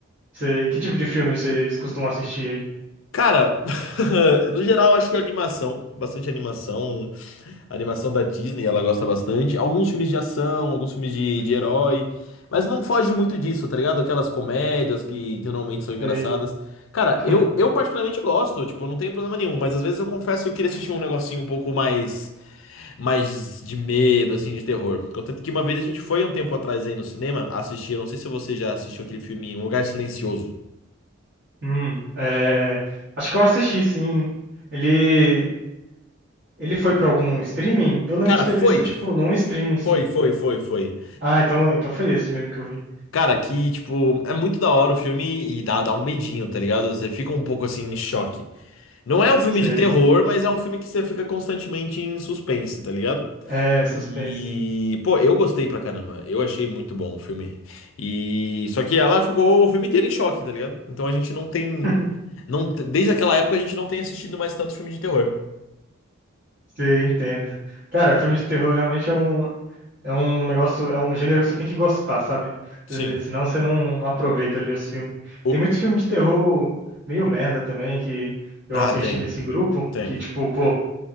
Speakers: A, on the right; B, on the left.
A: sei. Que tipo de filme vocês costumam assistir aí?
B: Cara, <laughs> no geral, acho que é animação, bastante animação. Animação da Disney, ela gosta bastante. Alguns filmes de ação, alguns filmes de, de herói. Mas não foge muito disso, tá ligado? Aquelas comédias que, que normalmente são engraçadas.
A: Sei.
B: Cara,
A: <laughs>
B: eu, eu particularmente gosto, tipo, eu não tenho problema nenhum, mas às vezes eu confesso que eu queria assistir um negocinho um pouco mais, mais de medo, assim, de terror. Contanto que uma vez a gente foi um tempo atrás aí no cinema assistir, eu não sei se você já assistiu aquele filme Um Lugar Silencioso.
A: Hum, é, acho que eu assisti, sim. Ele, ele foi pra algum streaming? Eu lembro
B: Cara,
A: de ter
B: foi,
A: visto, tipo, num streaming, sim.
B: foi, foi, foi, foi.
A: Ah, então, então foi esse mesmo que eu vi.
B: Cara, que, tipo, é muito da hora o filme e dá, dá um medinho, tá ligado? Você fica um pouco assim em choque. Não é um filme
A: Sei.
B: de terror, mas é um filme que você fica constantemente em suspense, tá ligado?
A: É, suspense.
B: E, pô, eu gostei pra caramba. Eu achei muito bom o filme. E só que ela ficou o filme inteiro em choque, tá ligado? Então a gente não tem
A: <laughs>
B: não t- desde aquela época a gente não tem assistido mais tanto filme de terror.
A: Sim, entendo. Cara, filme de terror realmente é um, é um negócio, é um gênero que você tem que gostar, sabe? Você-
B: Sim.
A: senão você não, não aproveita ali os filmes.
B: O
A: Tem muito filme de terror meio merda também que eu
B: Ah,
A: assisti
B: tem,
A: nesse grupo,
B: tem.
A: que tipo,
B: <laughs>
A: pô,